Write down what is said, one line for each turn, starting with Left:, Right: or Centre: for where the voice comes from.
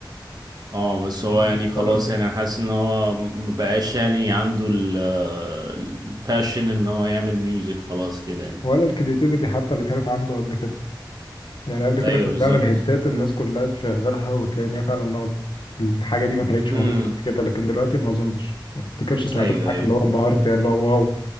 Right: اه بس هو
Left: بحس
Right: يعني خلاص
Left: فعلا
Right: يعني انا حاسس ان هو مبقاش يعني عنده ال الباشن ان هو يعمل ميوزك خلاص كده يعني
Left: ولا الكرياتيفيتي حتى اللي كانت عنده قبل كده يعني قبل كده
Right: ايوه
Left: كان
Right: بالظبط
Left: بعمل هيتات الناس كلها تشغلها وتلاقي ان هي فعلا نوع- الحاجه دي ما كانتش
Right: هم
Left: موجوده قبل كده لكن دلوقتي ما اظنش ما افتكرش سمعت
Right: ايوه
Left: له حاجه
Right: ايوه
Left: اللي هو انبهرت يعني اللي هو واو ما